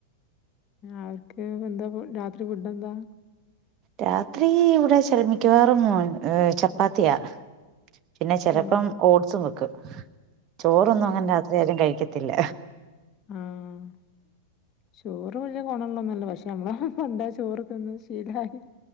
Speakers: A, on the left (about 35°); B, on the right (about 35°).
A: അവർക്ക് എന്താ രാത്രി ഫുഡ് എന്താ?
B: രാത്രി ഇവിടെ. ശര മിക്കവാറും ഏഹ് ചപ്പാത്തിയാ പിന്നെ ചെലപ്പം
A: ഏ
B: ഓട്സും വെക്കും ചോറൊന്നും അങ്ങനെ
A: ഏ
B: രാത്രി ആരും കഴിക്കത്തില്ല.
A: ആഹ് ചോറ് വല്യ കോണള്ളൊന്നുവല്ല പക്ഷെ നമ്മള് പണ്ടേ ചോറ് തിന്ന് ശീലായി